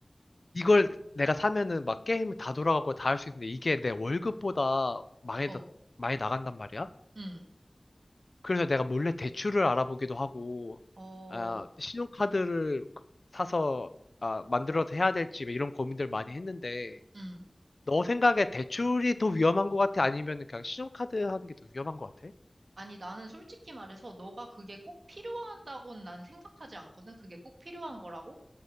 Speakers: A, on the left; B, on the right.
A: 이걸 내가 사면은 막 게임을 다 돌아가고 다 할 수 있는데 이게 내 월급보다 많이,
B: 어,
A: 나, 많이 나간단 말이야.
B: 음,
A: 그래서 내가 몰래 대출을 알아보기도 하고,
B: 어,
A: 아, 신용카드를 사서 아, 만들어서 해야 될지 뭐 이런 고민들 많이 했는데,
B: 음.
A: 너 생각에 대출이 더 위험한 것 같아? 아니면 그냥 신용카드 하는 게 더 위험한 것 같아?
B: 아니, 나는 솔직히 말해서 너가 그게 꼭 필요하다고는 난 생각하지 않거든. 그게 꼭 필요한 거라고?